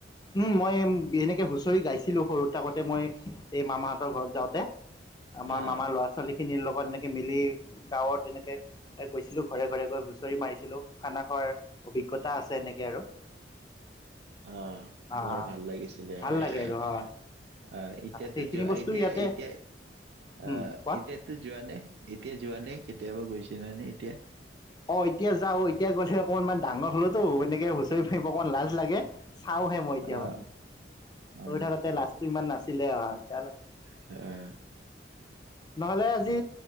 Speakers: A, on the left (about 20°); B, on the right (about 65°).
A: উম মই এম্ এনেকে হুঁচৰি গাইছিলোঁ সৰুত থাক মই এই মামা ঘৰত যাওঁতে আমাৰ
B: আহ
A: মামাৰ ল'ৰা ছোৱালী খিনিৰ লগত এনেকে মিলি গাঁৱত এনেকে এ গৈছিলোঁ ঘৰে ঘৰে গৈ হুঁচৰি মাৰিছিলোঁ। খানা খোৱাৰ অভিজ্ঞ তা আছে এনেকে আৰু।
B: অহ
A: হা
B: বৰ
A: হা
B: ভাল লাগিছিলে।
A: ভাল
B: অহ
A: লাগে আৰু হয়
B: এতিয়াতো
A: সেইখিনি
B: যোৱা
A: বস্তু
B: এতিয়া-
A: ইয়াতে
B: এতিয়া অহ
A: উম কোৱা
B: এতিয়াতো যোৱা নে? এতিয়া যোৱা নে? কেতিয়াবা গৈছিলানে এতিয়া?
A: অ এতিয়া যাওঁ। এতিয়া গলে অকণ মান - মান ডাঙৰ হলত তো এনেকে হুচৰি মাৰিব অকমান লাজ লাগে চাওহে মই এতিয়া
B: আহ
A: মানে
B: হয়
A: হৈ থাকোতে
B: নেকি
A: লাজটো ইমান নাচ চছিলিল অ কলে অ
B: আহ
A: নহলে আজি